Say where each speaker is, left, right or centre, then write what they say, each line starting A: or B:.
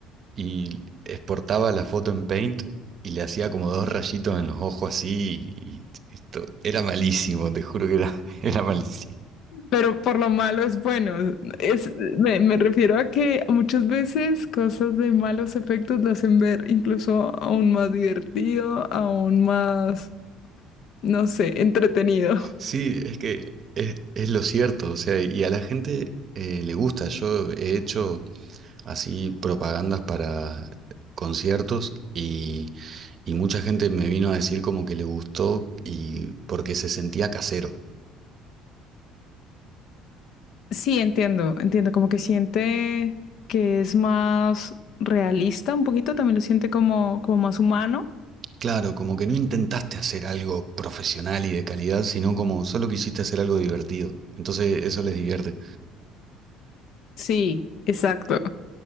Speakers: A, on the right; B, on the left.
A: y exportaba la foto en Paint y le hacía como dos rayitos en los ojos así y esto era malísimo, te juro que era, <laughs> era malísimo.
B: Pero por lo malo es bueno. Es, me, me refiero a que muchas veces cosas de malos efectos lo hacen ver incluso aún más divertido, aún más, no sé, entretenido.
A: Sí, es que es, es lo cierto, o sea, y a la gente eh, le gusta. Yo he hecho así propagandas para conciertos y, y mucha gente me vino a decir como que le gustó y porque se sentía casero.
B: Sí, entiendo, entiendo, como que siente que es más realista un poquito, también lo siente como, como más humano.
A: Claro, como que no intentaste hacer algo profesional y de calidad, sino como solo quisiste hacer algo divertido. Entonces eso les divierte.
B: Sí, exacto.